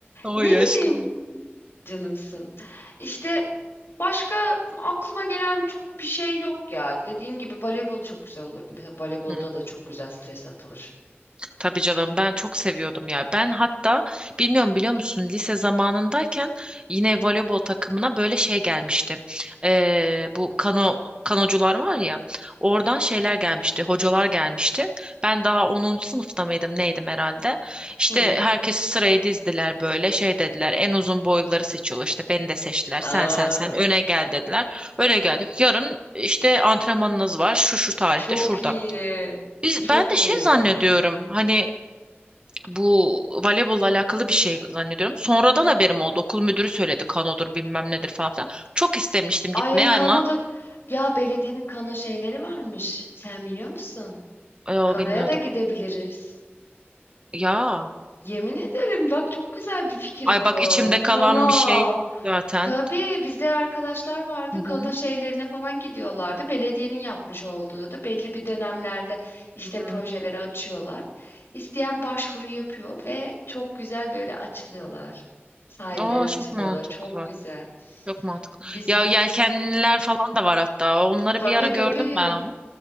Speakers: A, on the right (about 25°); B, on the left (about 70°).
A: Oy
B: Ne bileyim
A: aşkım.
B: canımsın. İşte başka aklıma gelen çok bir şey yok ya. Dediğin gibi voleybol çok güzel olurdu. Mesela voleybolda
A: Hı.
B: da çok güzel stres atılır.
A: Tabii canım ben çok seviyordum ya. Ben hatta bilmiyorum biliyor musun lise zamanındayken yine voleybol takımına böyle şey gelmişti. Ee, bu kano kanocular var ya oradan şeyler gelmişti hocalar gelmişti. Ben daha onuncu sınıfta mıydım neydim herhalde. İşte
B: Hı.
A: herkesi sıraya dizdiler böyle şey dediler en uzun boyluları seçiyorlar işte beni de seçtiler
B: Aa,
A: sen sen sen öne gel dediler. Öne geldik yarın işte antrenmanınız var şu şu tarihte
B: çok
A: şurada.
B: iyi.
A: Biz,
B: Çok
A: ben de
B: iyi
A: şey zannediyorum
B: ya.
A: hani bu voleybolla alakalı bir şey zannediyorum. Sonradan haberim oldu. Okul müdürü söyledi kanodur bilmem nedir falan filan. Çok istemiştim
B: Ay
A: gitmeye
B: kanoda
A: ama
B: ya belediyenin kano şeyleri varmış. Sen biliyor musun?
A: e,
B: Kanoya
A: bilmiyordum.
B: da gidebiliriz.
A: Ya
B: Yemin ederim bak çok güzel bir fikir
A: ay
B: bu.
A: bak içimde kalan
B: Kano.
A: bir şey zaten.
B: Tabii bizde arkadaşlar vardı.
A: Hı hı.
B: Kano şeylerine falan gidiyorlardı. Belediyenin yapmış olduğu da belli bir dönemlerde işte
A: Hı hı.
B: projeleri açıyorlar. İsteyen başvuru yapıyor ve çok güzel böyle açılıyorlar. Sahillere
A: Aa,
B: açılıyorlar.
A: çok mantıklı.
B: Çok güzel.
A: Çok mantıklı.
B: Biz
A: Ya
B: bunu
A: yelkenliler
B: Hı.
A: falan da var hatta. Onları
B: Tabii
A: bir ara gördüm
B: tabii.
A: ben ama